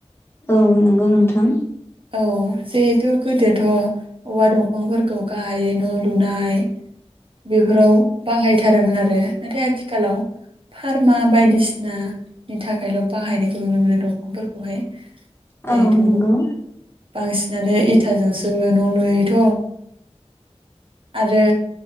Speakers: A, on the left; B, on the right.
A: औ नंगौ नोंथां
B: औ जिहेथु गोदोथ' औवा दंफांफोरखौ गाहायै न' लुनाय बेफोराव बाहायथारोमोन आरो नाथाय आथिखालाव फारमा बायदिसिनानि थाखायल' बाहायनायखौ नुनो मोनो दंफांफोरखौहाय। जिहेथु
A: औ नोंगौ
B: बांसिनानो इथाजोंसो न' लुयोथ' आरो